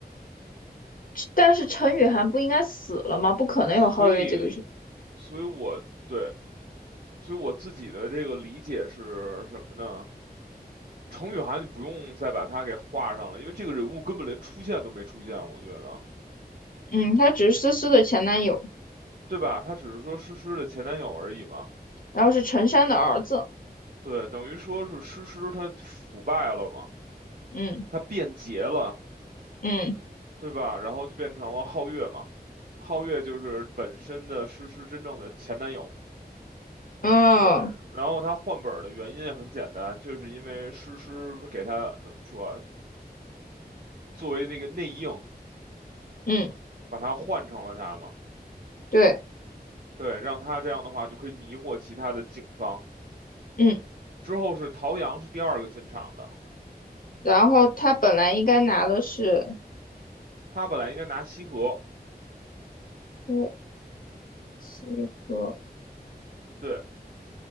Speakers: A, on the left (about 55°); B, on the right (about 55°).
A: 但是陈雨涵不应该死了吗？不可能有皓月这个人，
B: 所以，所以我对，所以我自己的这个理解是什么呢？程雨涵，你不用再把他给画上了，因为这个人物根本连出现都没出现，我觉得，
A: 嗯，他只是思思的前男友，
B: 对吧？他只是说诗诗的前男友而已嘛，
A: 然后是陈山的儿子，
B: 对，等于说是诗诗他腐败了嘛，
A: 嗯
B: 他变节了，
A: 嗯
B: 对吧？然后就变成了皓月嘛，皓月就是本身的诗诗真正的前男友。
A: 嗯
B: 对，然后他换本儿的原因也很简单，就是因为诗诗给他怎么说啊？作为那个内应，
A: 嗯，
B: 把他换成了他嘛。
A: 对，
B: 对，让他这样的话就可以迷惑其他的警方。
A: 嗯，
B: 之后是陶阳是第二个进场的，
A: 然后他本来应该拿的是。
B: 他本来应该拿西河，
A: 对，西河，
B: 对，